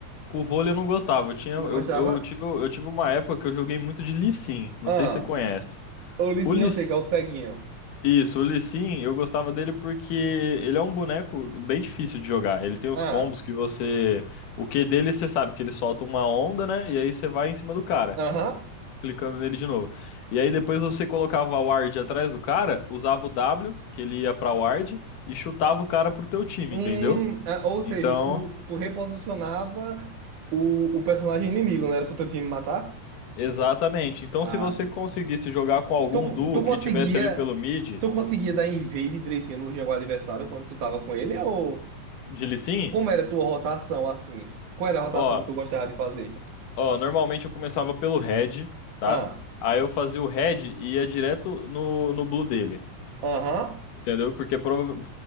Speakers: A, on the left; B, on the right.
A: Com o vôlei eu não gostava. Eu tinha,
B: Não
A: eu,
B: gostava?
A: eu tive, eu tive uma época que eu joguei muito de Lee Sin. Não
B: Ah,
A: sei se você conhece.
B: o Licinho,
A: O Lee,
B: eu sei que é o ceguinho.
A: isso, o Lee Sin, eu gostava dele porque ele é um boneco bem difícil de jogar. Ele tem uns
B: Ah,
A: combos que você, o Q dele você sabe que ele solta uma onda, né? E aí você vai em cima do cara,
B: aham.
A: clicando nele de novo. E aí depois você colocava a ward atrás do cara, usava o W, que ele ia pra ward e chutava o cara pro teu time,
B: Hum,
A: entendeu?
B: ah, ou seja,
A: Então,
B: tu, tu reposicionava o, o personagem inimigo, não era pro teu time matar?
A: Exatamente. Então,
B: Ah,
A: se você conseguisse jogar com algum
B: tu,
A: duo
B: tu
A: que
B: conseguia,
A: tivesse ali pelo mid,
B: tu conseguia dar invade direitinho no jogo adversário quando tu tava com ele, ou...
A: de Lee Sin,
B: Como era a tua rotação assim? Qual era a rotação
A: ó,
B: que tu gostava de fazer?
A: ó, normalmente eu começava pelo red, tá?
B: Ah,
A: Aí eu fazia o red e ia direto no, no blue dele,
B: aham,
A: entendeu? Porque prova-